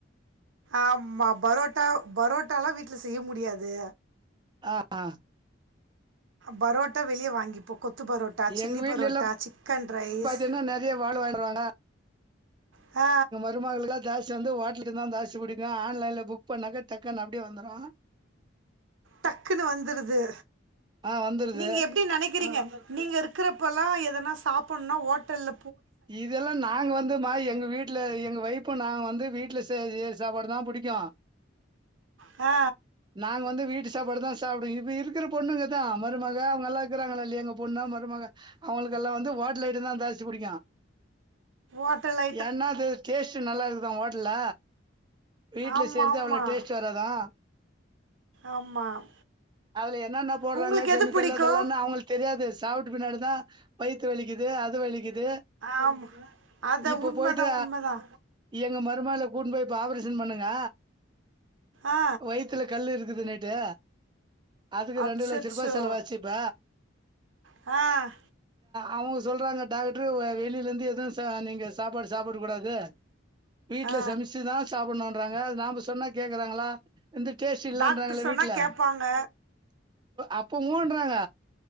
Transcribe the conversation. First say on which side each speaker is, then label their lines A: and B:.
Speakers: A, on the right; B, on the right.
A: ஆமா பரோட்டா பரோட்டாலா வீட்ல செய்ய முடியாது
B: ஆ ஆ
A: பரோட்டா வெளியே வாங்கிப்போ இப்ப கொத்து பரோட்டா சில்லி
B: எங்க வீட்ல
A: பரோட்டா
B: எல்லாம்
A: சிக்கன் ரைஸ்
B: பாத்தீங்கன்னா நெறைய வாழ வாங்கிடுவாங்க
A: ஆ
B: பெருமளுல்லா ஜாஸ்தி வந்து ஹோட்டலக்கு தா ஜாஸ்தி புடிக்கு ஆன்லைன்ல புக் பண்ணாக்கா டக்குன்னு அப்படியே வந்துரு
A: டக்குன்னு வந்துருது
B: ஆ வந்துருது
A: நீங்க எப்டி நெனைக்கிறீங்க நீங்க இருக்கிறப்பலா எதனா சாப்புடுணுனா ஹோட்டல்ல
B: இதெல்லா நாங்க வந்து மா எங்க வீட்ல எங்க வைய்ப் இப்போ நாங்க வந்து வீட்ல செய்ர சாப்பாடு தா புடிக்கு
A: ஆ
B: நாங்க வந்து வீட்டு சாப்பாடு தா சாப்டுங்க இப்ப இருக்கிற பொண்ணுங்க தா மருமக அவங்கல்லா இருக்கிறாங்களா இல்லயா எங்க பொண்ணா மருமக அவங்களுக்கு எல்லா வந்து ஓட்டல் ஐடோதா ஜாஸ்தி புடிக்கு
A: ஓட்டல் ஐ
B: ஏன்னா அது டேஸ்டு நல்லா இருக்குதா ஹோட்டல்ல வீட்ல
A: ஆமாம்
B: செய்றது
A: ஆமாம்
B: அவ்வளோ டேஸ்ட் வராது தா
A: ஆமாம்
B: அதுல என்னன்ன போடுறாங்க
A: உங்களுக்கு
B: கெமிக்கல்
A: எது பிடிக்கும்
B: அதெல்லா நா அவங்களுக்கு தெரியாது சாப்பிட்டு பின்னாடி தா வயித்து வலிக்குது அது வலிக்குது
A: ஆமா அதா
B: இப்ப
A: உண்மதா
B: போயிட்டு
A: உண்மதா
B: எங்க மருமகல கூட்னு போய் இப்ப ஆப்ரேஷன் பண்ணுங்க
A: ஆ
B: வைப் வயித்துல கல்லு இருக்குதுன்னுட்டு அதுக்கு
A: அச்சச்சோ
B: ரெண்டு லட்சோரூபா செலவாச்சு இப்ப
A: ஆ
B: அவங்க சொல்றாங்க டாக்டரு வெளியில இருந்து எதுவு நீங்க சாப்பாடு சாப்பிட கூடாது வீட்டுல
A: ஆ
B: சமச்சுதா சாப்புடுணூண்றாங்க நாம சொன்னா கேக்குறாங்களா வந்து டேஸ்ட் இல்லேன்றாங்களே
A: டாக்டர் சொன்னால்
B: வீட்டுல
A: கேட்பாங்க
B: அப்ப மூன்றாங்க